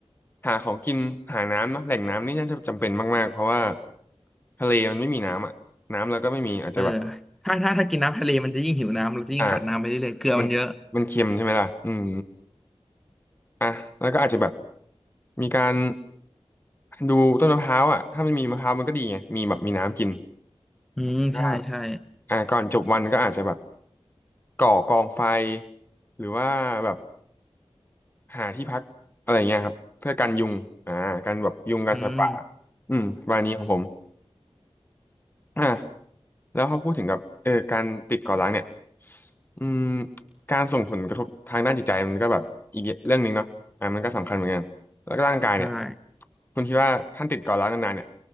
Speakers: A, on the left (about 20°); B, in the centre.
A: หาของกินหาน้ำเนาะแหล่งน้ำนี่น่าจะจำเป็นมากๆเพราะว่าทะเลมันไม่มีน้ำอะน้ำแล้วก็ไม่มีอาจจะแบบ
B: เออถ้าถ้าถ้ากินน้ำทะเลมันจะยิ่งหิวน้ำเราจะยิ่งขาดน้ำไปเรื่อยๆเกลือมันเยอะ
A: อ่ามันมันเค็มใช่ไหมล่ะอืม อ่ะแล้วก็อาจจะแบบมีการดูต้นมะพร้าวอ่ะถ้ามันมีมะพร้าวมันก็ดีไงมีแบบมีน้ำกิน
B: อืมใช่ใช่
A: ก็อ่ะก่อนจบวันก็อาจจะแบบก่อกองไฟหรือว่าแบบหาที่พักอะไรเงี้ยครับเพื่อกันยุงอ่ากันแบบยุงกันสัตว์ป่า
B: อืม
A: อืมวันนี้ของผมอ่ะ แล้วเขาพูดถึงกับเออการติดเกาะร้างเนี่ยอืมการส่งผลกระทบทางด้านจิตใจมันก็แบบอีกเรื่องหนึ่งเนาะอ่ะมันก็สำคัญเหมือนกันแล้วก็ร่างกายเนี่ย
B: ใช่
A: คุณคิดว่าท่านติดเกาะร้างนานๆเนี่ย